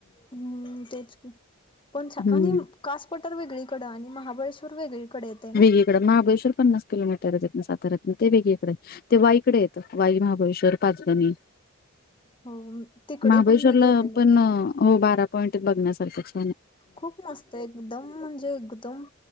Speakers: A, on the left (about 20°); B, on the left (about 40°).
A: हम्म तेच की पण छा
B: हम्म
A: आणिम कास पटार वेगळीकडें आणि महाबळेश्वर वेगळीकडेत.
B: वेगळीकडे महाबळेश्वर पन्नास किलोमीटरज येतनं सातऱ्यातनं ते वेगळीकडें. ते वाईकडे येतं वाई महाबळेश्वर, पाचगणी
A: हो तिकडे
B: महाबळेश्वरला
A: पण मी गेलेले.
B: पण हो बारा पॉइंट बघण्यासारख्याच
A: खूप मस्त आहे एकदम म्हणजे एकदम